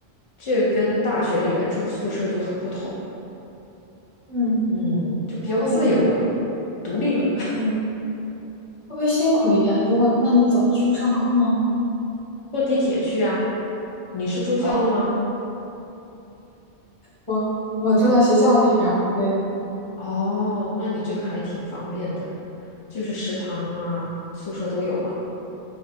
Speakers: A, on the left; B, on the left.
A: 这个跟大学里面住宿舍就很不同，
B: 嗯，
A: 嗯，就比较自由了，
B: 那会。
A: 独立了，<laughs>
B: 嗯。会不会辛苦一点？如果，那你怎么去上课呢？
A: 坐地铁去啊。你是住校的吗？
B: 哦，我我住在学校里边儿，对，
A: 哦，那你这个还挺方便的，就是食堂啊、宿舍都有了。